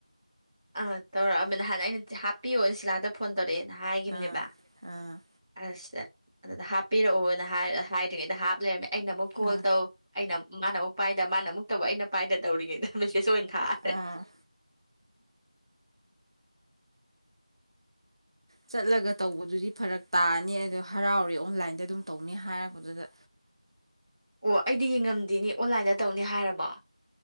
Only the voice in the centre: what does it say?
ꯑꯥ ꯇꯧꯔꯛꯑꯃꯦ ꯅꯍꯥꯟ ꯑꯩꯅ ꯍꯥꯞꯄꯤꯌꯣ ꯁꯤꯂꯥꯛꯇ ꯐꯣꯟ ꯇꯧꯔꯛꯑꯦ ꯍꯥꯏꯈꯤꯕꯅꯦꯕ꯫
ꯑꯁ ꯑꯗꯨꯗ ꯍꯥꯞꯄꯤꯔꯛꯑꯣꯅ ꯍꯥꯏ ꯍꯥꯏꯗ꯭ꯔꯤꯉꯩꯗ ꯍꯥꯞ ꯂꯩꯔꯝꯃꯦ ꯑꯩꯅ ꯑꯃꯨꯛ ꯀꯣꯜ
ꯇꯧ ꯑꯩꯅ ꯃꯥꯅ ꯑꯃꯨꯛ ꯄꯥꯏꯗ ꯃꯥꯅ ꯑꯃꯨꯛ ꯇꯧꯕ ꯑꯩꯅ ꯄꯥꯏꯗ ꯇꯧꯔꯤꯉꯩꯗ ꯃꯦꯁꯦꯁ ꯑꯣꯏꯅ ꯊꯥꯔꯦ
ꯑꯣ ꯑꯩꯗꯤ ꯌꯦꯡꯉꯝꯗꯦꯅꯤ ꯑꯣꯟꯂꯥꯏꯟꯗ ꯇꯧꯅꯤ ꯍꯥꯏꯔꯕꯣ꯫